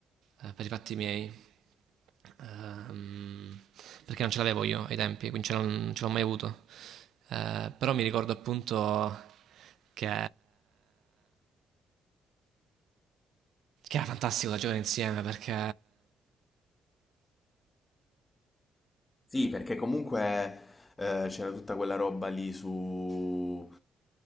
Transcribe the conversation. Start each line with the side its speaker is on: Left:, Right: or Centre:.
Right: eh, per i fatti miei, ehm, perché non ce l'avevo io ai tempi, quindi ce l'ho- non ce l'ho mai avuto. Eh, però mi ricordo appunto che, che era fantastico da giocare insieme perché
Left: Sì, perché comunque eh, c'era tutta quella roba lì su